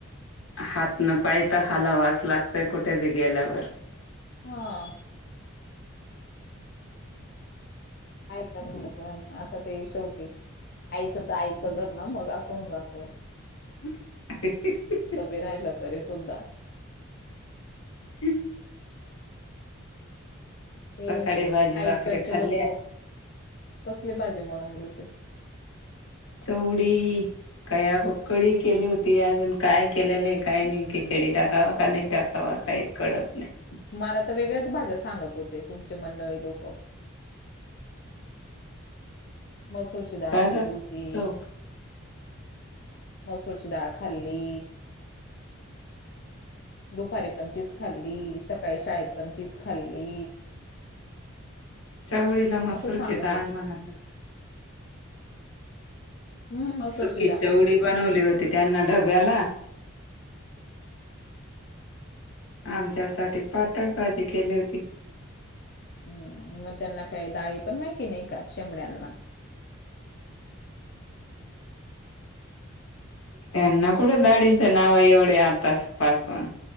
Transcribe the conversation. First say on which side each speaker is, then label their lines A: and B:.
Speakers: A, on the left; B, on the left.
A: हात न पाय त हलावाच लागतय, कुठे बी गेल्यावर.
B: हा. काय करणार पण, आता ते शेवटी आईचं त आईचं घर ना मग, अस होऊन जातं.
A: <inaudible>
B: कीती बी राहिल तरी सुद्धा.
A: ह <inaudible>
B: ते
A: सकाळी भाजी भाकरी
B: आई कडचे
A: खाल्ली
B: लोक, कसली भाजी बनवली होती?
A: चवडी. काय कडी केली होती. अजून काय केलेलंय काय नाही. खिचडी टाकावा का नाही टाकावा काही कळत नाही.
B: मला त वेगळ्याच भाज्या सांगत होते. तुमचे मंडळी लोक. मसूरची डाळ
A: का
B: केली
A: ग
B: होती.
A: चव
B: मसूरची डाळ खाल्ली. दुपारी पण तीच खाल्ली. सकाळी शाळेत पण तीच खाल्ली.
A: चवळीला मसुरची
B: असं सांगत
A: डाळ
B: होत
A: म्हणत असल.
B: हम्म मसूरची
A: सुकी
B: डाळ
A: चवळी बनवली होती त्यांना डब्याला. <inaudible> आमच्यासाठी पातळ भाजी केली होती.
B: हम्म मग त्यांना काय डाळी पण माहिती नाही का? शेमड्यांना?
A: त्यांना कुठं दाळीचे नाव एवढे आताच पासुन.